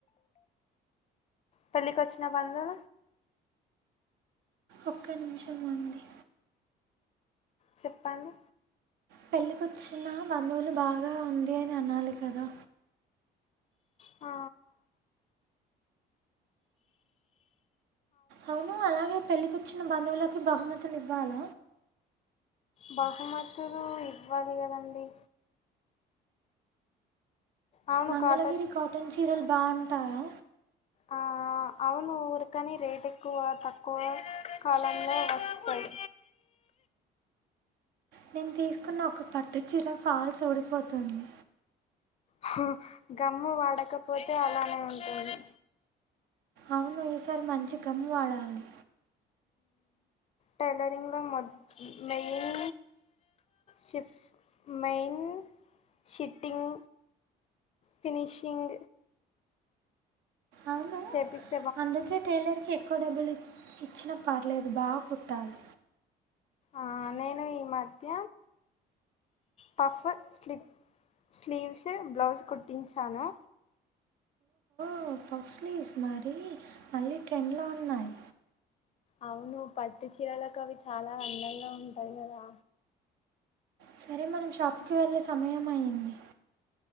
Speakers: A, on the left (about 40°); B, on the right (about 85°).
A: పెళ్ళికి వచ్చిన బంధువులు
B: ఒక్క నిమిషం అండి.
A: చెప్పాను
B: పెళ్ళికొచ్చిన బంధువులు బాగా ఉంది అని అనాలి కదా.
A: ఆ
B: అవును అలాగే పెళ్ళకొచ్చిన బంధువులకి బహుమతులు ఇవ్వాల
A: బహుమతులు ఇవ్వాలి కదండి. అవును
B: మంగళగిరి
A: కాటర్
B: కాటన్ చీరలు బావుంటాయా?
A: ఆ అవును ఊరకని రేట్ ఎక్కువ తక్కువ కాలంలో వస్తయి
B: నేను తీసుకున్న ఒక పట్టు చీర ఫాల్స్ ఊడిపోతుంది.
A: హ గమ్ము వాడకపోతే అలానే ఉంటుంది.
B: అవును ఈసారి మంచి గమ్ వాడాలి.
A: టైలరింగ్ లో మ మెయిన్ షిప్ మెయిన్ షిటింగ్ ఫినిషింగ్
B: అవును
A: చెపిస్
B: అందుకే టైలర్కి ఎక్కువ డబ్బులు ఇచ్చిన పర్లేదు బా కుట్టాలి.
A: ఆ నేను ఈ మధ్య పఫ్ స్లీ స్లీవ్స్ బ్లౌజ్ కుట్టించాను.
B: ఉ పస్లీవ్స్ మరి మళ్ళీ ట్రెండ్లో ఉన్నాయి.
A: అవును పట్టు చీరలకు అవి చాలా అందగా ఉంటాయి కదా.
B: సరే మనం షాప్కి వెళ్ళే సమయం అయ్యింది.